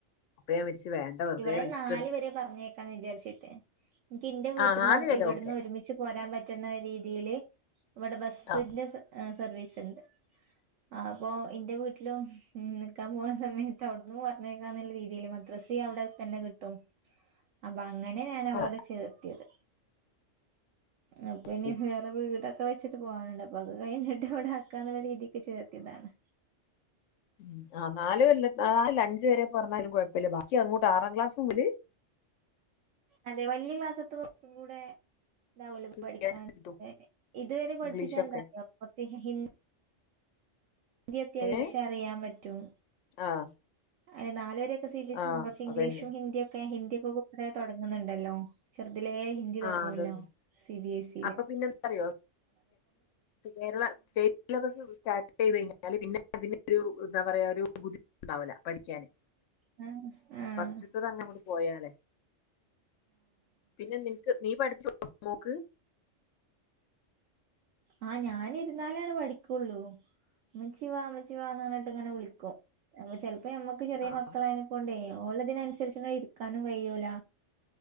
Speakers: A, on the left (about 75°); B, on the right (about 75°).
A: അപ്പൊ ഞാൻ വച്ച് വേണ്ട വെറുതെ
B: ഇവളെ
A: റിസ്
B: നാല് വരെ പർഞ്ഞേക്കാന്ന് വിചാരിച്ചിട്ട് എനിക്ക് എന്റെ വീട്ടന്നും
A: ആ നാല് വരെ
B: ഇവിടന്ന്
A: ഓക്കെ
B: ഒരുമിച്ച് പോരാൻ പറ്റുന്ന രീതീല് ഇവിടെ ബസ്സിന്റെ
A: ആ
B: സ ഏ സർവീസ് ഇണ്ട് അപ്പൊ ഇന്റെ വീട്ട്ലും നിക്കാൻ പോണ സമയത്ത് അവിട്ന്ന് പോവാ ക്ക രീതിൽ മദ്രസ അവിടെ തന്നെ കിട്ടും അപ്പാ ങ്ങനെ ഞാൻ അവളവ്ടെ
A: ആ
B: ചേർത്തിയത് അപ്പൊ
A: ശരി
B: ഇനി വേറെ വീടൊ ഒക്ക വെച്ചിട്ട് പോകാനുണ്ട് അപ്പൊ അത് കഴിഞ്ഞിട്ട് ഇവിടെ ആക്കാന്നുള്ള രീതിക്ക് ചേർത്തിതാണ്
A: ഉം ആ നാല് കൊൽ ആ നാലല്ല അഞ്ച് വരെ പർഞ്ഞാലും കുഴപ്പല്ല ബാക്കി അങ്ങോട്ട് ആറാം ക്ലാസ്സും മുല്
B: അതെ വല്ല്യ ക്ലാസ്സത്ത് കൊർച്ചും കൂടെ ഐതാവോലൊ
A: കൃത്യായിട്ട്
B: പഠിക്കാൻ
A: കിട്ടും
B: ഇതുവരെ പഠിപ്പിച്ചാ
A: ഇംഗ്ലീഷൊക്കെ
B: എന്താറിയോ കൊർച്ച് ഹി ഇന്ത്യത്യാം
A: ഏ
B: അറിയാൻ പറ്റും
A: ആഹ്
B: അ നാലര സി ബിച്ച്
A: ആഹ്
B: ഇംഗ്ലീഷും
A: അതന്നെ
B: ഹിന്ദിയ ഒക്കെ ഹിന്ദി ഒക്കെ കു തുടങ്ങുന്നുണ്ടല്ലോ ചെറ അതിലെ ഹിന്ദി തുൊടങ്ങല്ലോ
A: ആഹ് അതന്നെ
B: സി ബി എസ് ഇയില്
A: അപ്പൊ പിന്നെ എന്താറിയോ കേരള സ്റ്റേറ്റ് സബ സ്റ്റാർ ചെയ്ത് കഴിഞ്ഞാല് പിന്നെ അതി ഒരു എന്താ പറയാ ഒരു ബുദ്ധിമുട്ട്ുണ്ടാവില്ല പഠിക്കാന്
B: ആഹ ആഹ
A: ഫസ്റ്റ്ത്തത് അങ്ങ് അങ്ങോട്ട് പോയാലേ പിന്നെ നി പഠിച്ച നോക്ക്
B: ആഹ് ഞാന ഇരുന്നാലോണ് പഠിക്കുള്ളൂ അമ്മച്ചിവാ അമ്മച്ചിവാന്ന് പറഞ്ഞിട്ട് ഇങ്ങനെ വിളിക്കും അപ്പ ചിലപ്പോ ഞമ്മക്ക് ചെറിയ
A: ആഹ്
B: മക്കളായതിനെക്ക കൊണ്ടേ ഓലതിനനുസരിച്ച് ഇരിക്കാനും കഴിയൂല